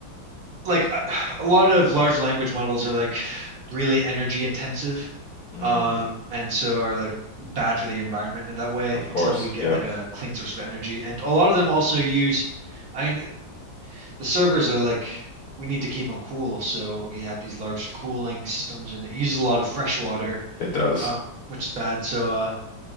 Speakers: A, on the right; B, on the left.
A: like uh, a lot of large language models are like really energy intensive,
B: Hmm.
A: um, and so are like bad for the environment in that way
B: Of course.
A: until we get
B: Yeah,
A: like a clean source of energy. And a lot of them also use. I mean, the servers are like we need to keep them cool, so we have these large cooling systems, and it uses a lot of fresh water,
B: it does.
A: uh, which is bad. So uh,